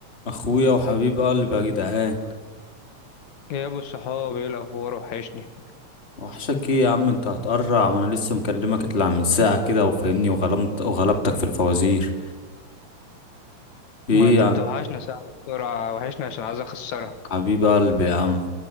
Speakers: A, on the left; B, on the left.
A: اخويا وحبيب قلبي يا جدعان
B: يا ابو الصحاب ايه الاخبار وحشني
A: وحشك ايه يا عم انت هتقرع وانا لسه مكلمك اطلع من ساعه كده وفاهمني وغلمت وغلبتك في الفوازير ايه
B: ما انت
A: يا عم
B: بتوحشنا ساعة بسرعة وحشني عشان عايز اخسرك
A: حبيب قلبي يا عم